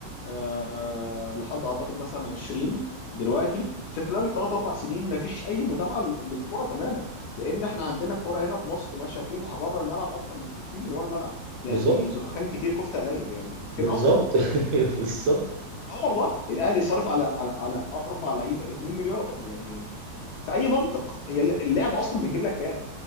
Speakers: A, on the left; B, on the right.
A: آه، لحد اعتقد مثلا 20 دلوقتي في خلال 3 4 سنين ما فيش اي متابعه للكره تماما لان احنا عندنا الكره هنا في مصر مشاكلها بره الملعب اكتر بكتير من اللي هو الملعب يعني
B: بالظبط
A: دخان كتير كفته قليل يعني فين
B: بالظبط
A: اصلا الكوره
B: <laughs> بالظبط
A: اه والله الاهلي صارف على على على اربع لعيبه 2 مليار يعني في اي منطق هي اللعبه اصلا بتجيب لك كام